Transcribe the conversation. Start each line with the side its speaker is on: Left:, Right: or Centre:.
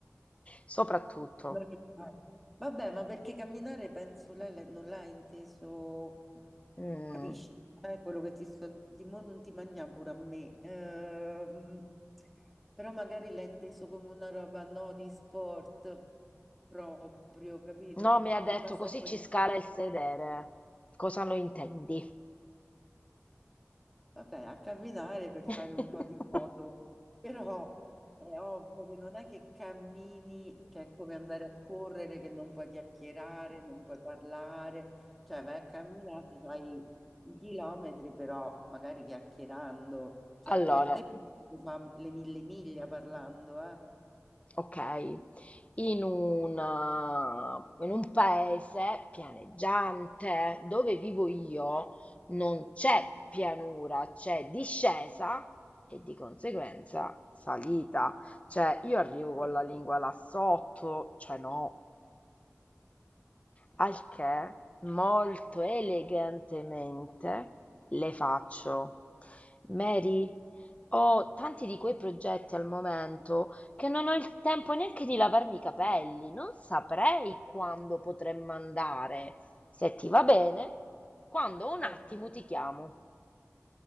Left: Soprattutto,
Centre: non lo so. <laughs> Vabbè, ma perché camminare penso lei lei non l'ha inteso,
Left: mm,
Centre: capisci? Eh, quello che ti sto dicendo non ti mangia pure a me. Ehm, però magari l'ha inteso come una roba no di sport proprio, capito?
Left: no, mi ha detto
Centre: Che passa
Left: così
Centre: un po'
Left: ci
Centre: di...
Left: scala il sedere. Cosa lo intendi?
Centre: Vabbè, a camminare per fare
Left: <laughs>
Centre: un po' di moto, però è ovvio che non è che cammini, che è come andare a correre, che non puoi chiacchierare, non puoi parlare, cioè vai a camminare, ti fai i chilometri, però magari chiacchierando, cioè
Left: Allora,
Centre: io e te mi fa le mille miglia parlando, eh?
Left: ok, in una- in un paese pianeggiante dove vivo io non c'è pianura, c'è discesa e di conseguenza salita. Cioè, io arrivo con
Centre: <laughs>
Left: la lingua là sotto, cioè no. Al che, molto elegantemente, le faccio: Mary, ho tanti di quei progetti al momento che non ho il tempo neanche di lavarmi i capelli. Non saprei quando potremmo andare. Se ti va bene, quando ho un
Centre: Eh,
Left: attimo ti chiamo.